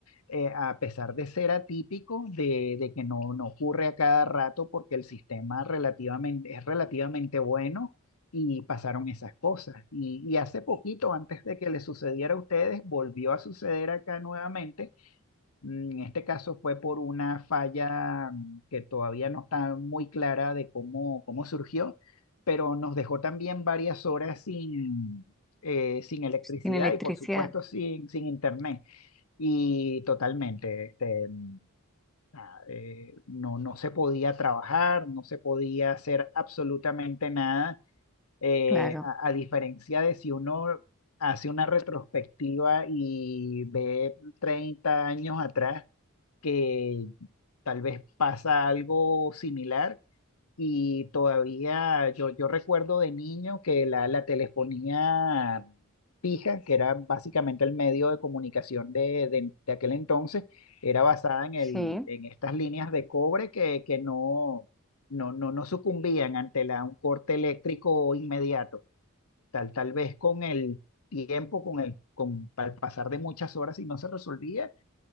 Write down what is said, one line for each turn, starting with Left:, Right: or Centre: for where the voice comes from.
Left: eh, a pesar de ser atípico, de, de que no, no ocurre a cada rato porque el sistema relativamente, es relativamente bueno y pasaron esas cosas. Y, y hace poquito, antes de que le sucediera a ustedes, volvió a suceder acá nuevamente Mm, En este caso fue por una falla mm, que todavía no está muy clara de cómo, cómo surgió, pero nos dejó también varias horas sin, eh, sin electricidad
Centre: sin electricidad,
Left: y por supuesto sin, sin internet. Y totalmente, este, mm, ah, eh, no, no se podía trabajar, no se podía hacer absolutamente nada, eh,
Centre: claro,
Left: a a diferencia de si uno hace una retrospectiva y ve 30 años atrás que tal vez pasa algo similar y todavía yo, yo recuerdo de niño que la, la telefonía fija, que era básicamente el medio de comunicación de, de- de aquel entonces, era basada en,
Centre: sí,
Left: el, en estas líneas de cobre que, que no, no, no, no sucumbían ante la, un corte eléctrico inmediato, tal, tal vez con el tiempo, con el, con, al pasar de muchas horas y no se resolvía